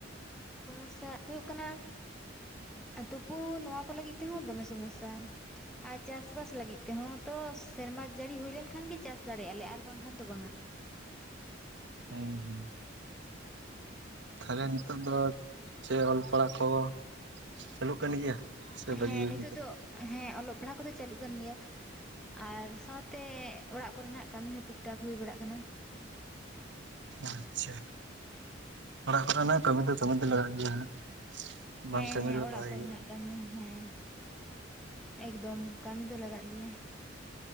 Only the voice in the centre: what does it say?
ᱥᱚᱢᱚᱥᱥᱟ ᱦᱩᱭᱩᱜ ᱠᱟᱱᱟ ᱛᱩᱯᱩ ᱱᱚᱣᱟ ᱠᱚ ᱞᱟᱹᱜᱤᱫ ᱛᱮᱦᱚᱸ ᱫᱚᱢᱮ ᱥᱚᱢᱚᱥᱥᱟ ᱟᱨ ᱪᱟᱥᱵᱟᱥ ᱞᱟᱹᱜᱤᱫ ᱛᱮᱦᱚᱸ ᱛᱚ ᱥᱮᱨᱢᱟ ᱡᱟᱹᱲᱤ ᱦᱩᱭᱞᱮᱱᱠᱷᱟᱱ ᱜᱮ ᱪᱟᱥ ᱫᱟᱲᱮᱭᱟᱜᱼᱟ ᱞᱮ ᱟᱨ ᱵᱟᱝᱠᱷᱟᱱ ᱫᱚ ᱵᱟᱝᱟ
ᱦᱮᱸ
ᱱᱤᱛᱚᱜ
ᱫᱚ ᱦᱮᱸ ᱚᱞᱚᱜ ᱯᱟᱲᱦᱟᱣ ᱠᱚᱫᱚ ᱪᱟᱹᱞᱩᱜ ᱠᱟᱱ ᱜᱮᱭᱟ ᱟᱨ ᱥᱟᱶᱛᱮ ᱚᱲᱟᱜ ᱠᱚᱨᱮᱱᱟᱜ ᱠᱟᱹᱢᱤ ᱦᱚᱸ ᱴᱩᱠ ᱴᱟᱠ ᱦᱩᱭ ᱵᱟᱲᱟᱜ ᱠᱟᱱᱟ
ᱦᱮᱸ
ᱦᱮᱸ
ᱚᱲᱟᱜ
ᱠᱚᱨᱮᱱᱟᱜ
ᱠᱟᱹᱢᱤ ᱦᱮᱸ ᱮᱠᱫᱚᱢ ᱠᱟᱹᱢᱤ ᱫᱚ ᱞᱟᱜᱟᱜ ᱜᱮᱭᱟ